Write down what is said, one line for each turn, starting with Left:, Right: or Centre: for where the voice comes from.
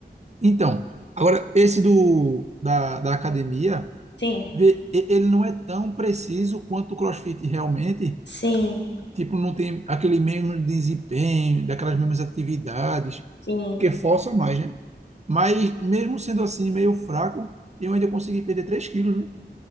Right: Então, agora esse do da, da academia,
Left: Sim,
Right: vê, e- ele não é tão preciso quanto o CrossFit realmente.
Left: sim,
Right: Tipo, não tem aquele mesmo desempenho, daquelas mesmas atividades,
Left: sim.
Right: porque força mais, né? Mas mesmo sendo assim meio fraco, eu ainda consegui perder três quilos,